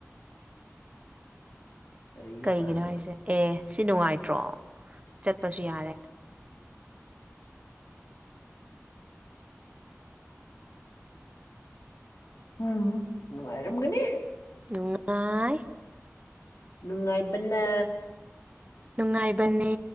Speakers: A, on the left; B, on the right.
A: ꯀꯔꯤꯗ
B: ꯀꯩꯒꯤꯅꯣ
A: ꯄꯥꯕ
B: ꯍꯥꯏꯁꯦ ꯑꯦ ꯁꯤ ꯅꯨꯡꯉꯥꯏꯇ꯭ꯔꯣ ꯆꯠꯄꯁꯨ ꯌꯥꯔꯦ
A: ꯎꯝ ꯅꯨꯡꯉꯥꯏꯔꯝꯒꯅꯤ
B: ꯅꯨꯡꯉꯥꯏ
A: ꯅꯨꯡꯉꯥꯏꯕꯅ
B: ꯅꯨꯡꯉꯥꯏꯕꯅꯦ